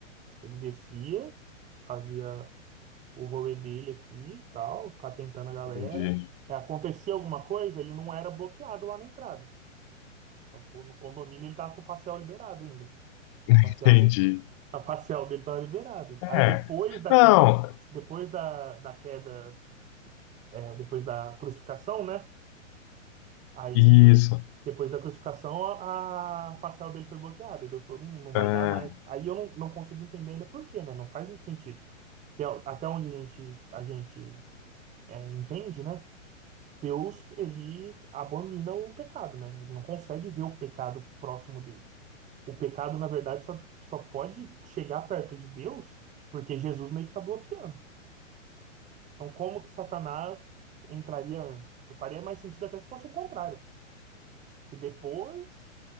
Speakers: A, on the right (about 20°); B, on the left (about 25°).
A: Ele descia, fazia o rolê dele aqui e tal, ficar tentando a galera.
B: Entendi,
A: É, acontecia alguma coisa, ele não era bloqueado lá na entrada. Então, tipo, no condomínio ele tava com o facial liberado ainda. A
B: <laughs>
A: facial
B: entendi.
A: dele, a facial dele tava liberada.
B: É.
A: Aí depois da
B: Não,
A: queda, depois da, da queda, é, depois da crucificação, né? Aí,
B: isso.
A: depois da crucificação, a, a facial dele foi bloqueada. E Deus falou, "Hum, não vai
B: É,
A: dar mais. Aí eu não, não consigo entender ainda por quê, né? Não faz muito sentido. Porque a- até onde a gente, a gente é, entende, né? Deus, ele abomina o pecado, né? Ele não consegue ver o pecado próximo dele. O pecado, na verdade, só, só pode chegar perto de Deus porque Jesus meio que está bloqueando. Então, como que Satanás entraria antes? Faria mais sentido até se fosse o contrário. Se depois